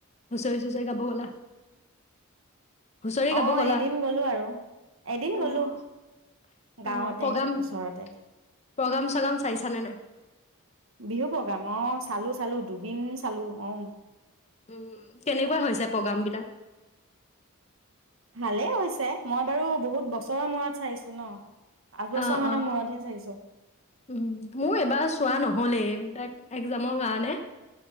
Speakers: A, on the left; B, on the right.
A: হুঁচৰি চুচৰি গাব গলা হুচৰি গাব
B: অ',
A: গলা
B: এদিন গ'লো আৰু এদিন
A: অঁহ
B: গ'লো গাঁৱতে
A: অ' প্ৰগ্ৰাম-প্ৰগ্ৰাম
B: ওচৰতে
A: চগ্ৰাম চাইছানে নাই?
B: বিহু প্ৰগ্ৰাম অ' চালো-চালো দুদিন চালো উম্
A: উম কেনেকুৱা হৈছে প্ৰগ্ৰাম বিলাক?
B: ভালে হৈছে মই বাৰু বহুত বছৰৰ মূৰত চাইছোঁ ন পাঁচ বছৰ
A: অ-অ-
B: মানৰ মূৰতহে চাইছো
A: উম মোৰ এবাৰ চোৱা নহলে। তাক এক্জামৰ কাৰণে